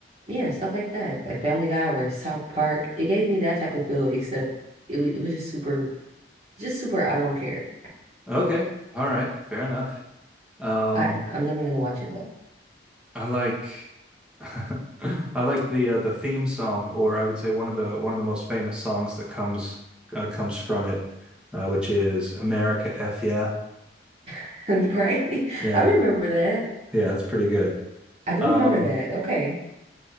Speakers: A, on the right; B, in the centre.
A: yeah, stuff like that, like Family Guy or South Park. It gave me that type of feel, except it was it was just super, just super. I don't care.
B: Okay, all right, fair enough. Um,
A: I I'm definitely gonna watch it though,
B: I like <laughs> I like the uh, the theme song, or I would say one of the one of the most famous songs that comes uh, comes from it, uh, which is America F yeah.
A: <laughs> right?
B: Yeah,
A: I remember that.
B: yeah, it's pretty good.
A: I do
B: Um,
A: remember that. Okay,